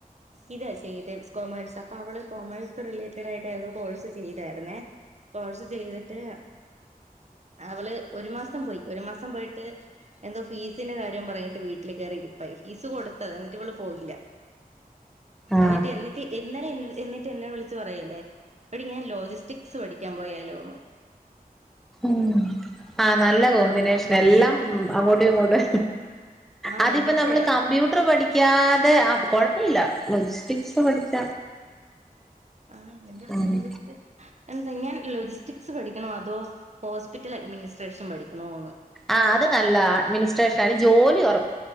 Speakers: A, on the right; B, in the centre.
A: ഇതാ ചെയ്തെ കോമേഴ്സ് അപ്പൊ അവള് കോമേഴ്സ് റിലേറ്റഡ് ആയിട്ട് ഏതോ കോഴ്സ് ചെയ്തായിരുന്നേ കോഴ്സ് ചെയ്തിട്ട് അവള് ഒരു മാസം പോയി ഒരു മാസം പോയിട്ട് എന്തോ ഫീസിന്റെ കാര്യം പറഞ്ഞിട്ട് വീട്ടിൽ കയറി ഇരിപ്പായി ഫീസ് കൊടുത്തതാ എന്നിട്ട് ഇവള് പോയില്ല
B: ആ
A: എന്നിട്ട് എന്നിട്ട് ഇന്നലെ എന്ന എന്നിട്ട് എന്നെ വിളിച്ചു പറയല്ലേ എടി ഞാൻ ലോജിസ്റ്റിക്സ് പഠിക്കാൻ പോയാലോ
B: ഉം ആ നല്ല കോംമ്പിനേഷ് എല്ലം ഉം അങ്ങോട്ടും ഇങ്ങോട്ടേ
A: ആഹ്
B: അതിപ്പോ
A: എന്റെടുത്ത്
B: നമ്മള് കമ്പ്യൂട്ടർ പഠി ക്ക്യാതെ ആ കുഴപ്പ ഇല്ല <unintelligible> പഠിച്ച
A: ആഹ് എന്റെ അടുത്ത്
B: ഉം.
A: എന്റെ അടുത്ത് എന്തങ്ങഞാൻ ലോജിസ്റ്റിക്സ് പഠിക്കണോ അതോ ഹോസ്പിറ്റൽ അഡ്മിനിസ്ട്രേഷൻ പഠിക്കണോ എന്ന്
B: ആ അത് നല്ലതാ അഡ്മിനിസ്ട്രേഷൻ അയ്ല് ജോലി ഒറ